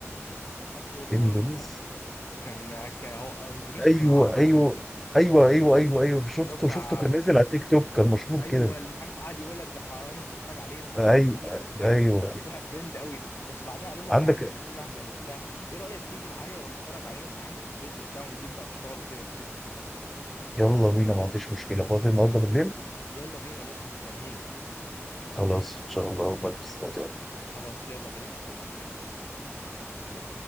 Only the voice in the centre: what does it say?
اندونيسي
ايوه
ايوه
ايوه ايوه ايوه ايوه شفته
شفته كان نازل على تيك توك كان مشهور
كده
ايوه
ايوه
عندك
يلا بينا ما عنديش مشكله فاضي النهارده بالليل
خلاص ان شاء الله بلبس دلوقتي